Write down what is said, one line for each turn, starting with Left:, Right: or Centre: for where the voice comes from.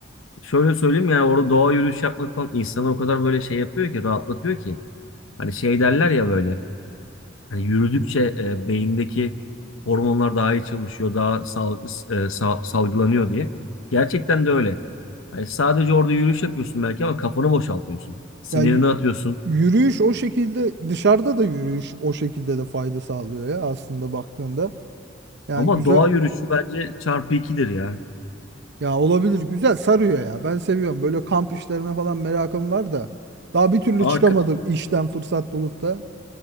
Left: Şöyle söyleyeyim yani orada doğa yürüyüş yapmak falan insanı o kadar böyle şey yapıyor ki, rahatlatıyor ki. Hani şey derler ya böyle. Hani yürüdükçe e, beyindeki hormonlar daha iyi çalışıyor, daha sal- e, sal- salgılanıyor diye. Gerçekten de öyle. Hani sadece orada yürüyüş yapıyorsun belki ama kafanı boşaltıyorsun. Sinirini
Right: Ya yü-
Left: atıyorsun.
Right: yürüyüş o şekilde dışarıda da yürüyüş o şekilde de fayda sağlıyor ya aslında baktığında. Yani
Left: Ama
Right: güzel
Left: doğa yürüyüşü bence çarpı ikidir ya.
Right: ya olabilir güzel sarıyor ya. Ben seviyorum. Böyle kamp işlerine falan merakım var da daha bir türlü
Left: Aa,
Right: çıkamadım
Left: k-
Right: işten fırsat bulup da